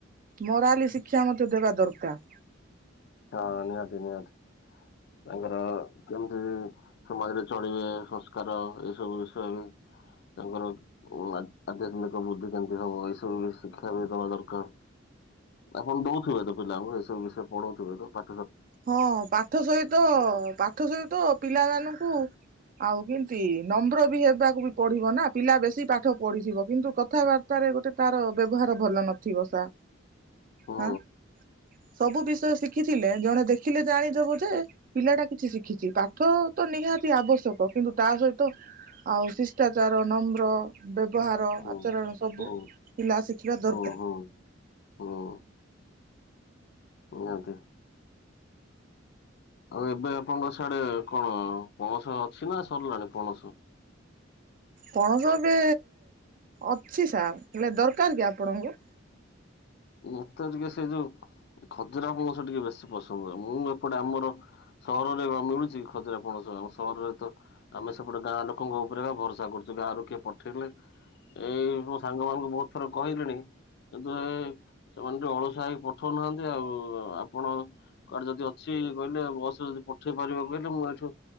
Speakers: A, on the right; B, on the left.
A: ମୋରାଲି ଶିକ୍ଷା ମଧ୍ୟ ଦେବା ଦରକାର।
B: ହଁ ନିହାତି ନିହାତି। ତାଙ୍କର କେମିତି ସମାଜରେ ଚଳିବେ ସଂସ୍କାର ଏଇ ସବୁ ବିଷୟ ବି। ତାଙ୍କର ଅ ଆ-ଆଧ୍ୟାତ୍ମିକ ବୁଦ୍ଧିି କେମିତି ହବ ଏଇ ସବୁ ବି ଶିକ୍ଷା ବି ଦବା ଦରକାର। ଆପଣ ଦଉଥିବେ ତ ପିଲାଙ୍କୁ ଏସବୁ ବିଷୟ ପଢଉଥିବେ ତ ପା
A: ହଁ ପାଠ ସହିତ ପାଠ ସହିତ ପିଲାମାନଙ୍କୁ। ଆଉ କେମିତି ନମ୍ର ବି ହେବାକୁ ବି ପଡିବ ନା ପିଲା ବେଶୀ ପାଠ ପଢିଥିବ କିନ୍ତୁ କଥାବା ତାରେ ଗୋଟେ ତାର ବ୍ୟବହାର ଭଲ ନଥିବ ସା।
B: ହୁଁ
A: ହାଁ ସବୁ ବିଷୟ ଶିଖିଥିଲେ ଜଣେ ଦେଖିଲେ ଜାଣିଦବୁ ଯେ ପିଲାଟା କିଛି ଶିଖିଛି ପାଠ ତ ନିହାତି ଆବଶ୍ୟକ। କିନ୍ତୁ ତା ସହିତ। ଆଉ ଶିଷ୍ଟାଚାର, ନମ୍ର ବ୍ୟ ବ୍ୟବହାର
B: ହୁଁ
A: ଆଚରଣ ସବୁ
B: ହୁଁ
A: ପିଲା ଶିଖିବା
B: ହୁଁ
A: ଦରକାର।
B: ହୁଁ ହୁଁ ନିହାତି। ଆଉ ଏବେ ଆପଣଙ୍କ ସିଆଡେ କଣ ପଣସ ଅଛି ନା ସରିଲାଣି ପଣସ?
A: ପଣସ ଏବେ ଅଛି ସାର୍। ହେଲେ ଦରକାର କି ଆପଣଙ୍କୁ?
B: ମତେ ଟିକେ ସେ ଯୋଉ ଖଜୁରା ପଣସ ଟିକେ ବେଶୀ ପସନ୍ଦ। ମୁଁ ଏପଟେ ଆମର। ସହରରେ କଣ ମିଳୁଛି ଖାଜୁରା ପଣସ ଆମ ସହରରେ ତ ଆମେ ସେପଟେ ଗାଁ ଲୋକଙ୍କ ଉପରେ ଏକା ଭରସା କରୁଛୁ। ଗାଁରୁ କିଏ ପଠେଇଲେ ଏଇ ମୋ ସାଙ୍ଗ ମାନଙ୍କୁ ବହୁତ ଥର କହିଲିଣି କିନ୍ତୁ ଏ। ସେମାନେ ଟିକେ ଅଳସୁଆ ହେଇକି ପଠଉନାହାନ୍ତି ଆଉ ଆପଣ କୁଆଡେ ଯଦି ଅଛି କହିଲେ ବସ ଯଦି ପଠେଇ ପାରିବ କହିଲେ ମୁଁ ଏଠୁ